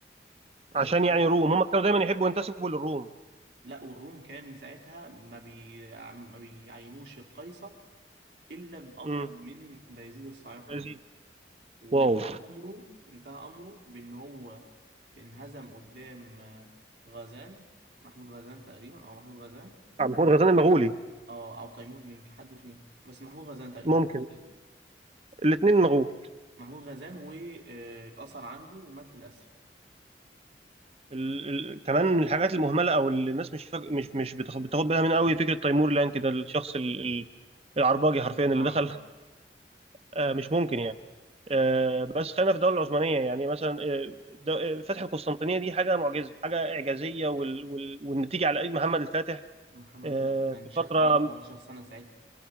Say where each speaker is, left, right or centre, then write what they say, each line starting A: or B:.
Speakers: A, on the right; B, on the right.
A: لأن
B: عشان يعني روم هم كانوا دايما يحبوا ينتسبوا للروم
A: لا والروم كان ساعتها ما بي... ما بيعينوش القيصر إلا بأمر
B: امم
A: من بيزيد الصياقة
B: بايزيد
A: دوت وانتهى
B: واو
A: أمره انتهى أمره بإن هو انهزم قدام آه، غزان محمود غزان تقريبا أو محمود غزان
B: عبد محمود غزنان المغولي
A: أو أو تيمور لينك حد فيهم بس محمود غزان تقريبا
B: ممكن
A: محمود
B: الاثنين
A: غزان
B: مغول
A: محمود غزان واتأثر عنده ومات في الأسر
B: ال... ال... كمان من الحاجات المهمله او اللي الناس مش فاك... مش مش بتاخد بتاخد بالها من قوي فكره تيمور لانك ده الشخص ال... ال... العرباجي
A: كان
B: حرفيا
A: هو الأعرج
B: اللي دخل آه مش ممكن يعني آه، بس خلينا في الدوله العثمانيه يعني مثلا آه، د- آه، فتح القسطنطينيه دي حاجه معجزه حاجه اعجازيه وال... وال... والنتيجه على ايد محمد الفاتح
A: محمد
B: آه،
A: فتح كان
B: في
A: شاب
B: فتره
A: عنده 18 سنة ساعتها